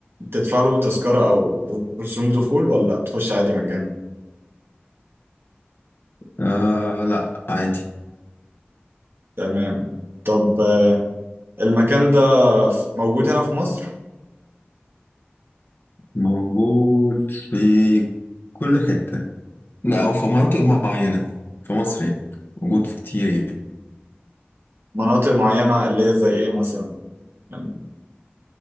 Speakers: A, on the right; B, on the left.
A: تدفع له تذكرة او ر- رسوم دخول ولا تخش عادي مجانا
B: آه لا عادي
A: تمام طب آه، المكان ده ف- موجود هنا في مصر
B: موجود في كل حتة لا او في مناطق معينة في مصر يعني موجود في كتير يعني
A: مناطق معينة اللي هي زي ايه مثلا يعني